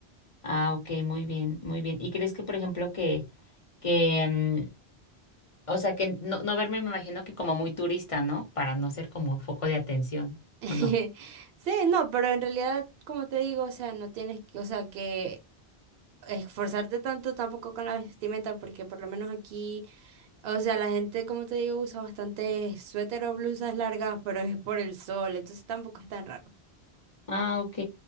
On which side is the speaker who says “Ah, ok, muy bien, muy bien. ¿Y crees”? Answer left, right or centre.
Left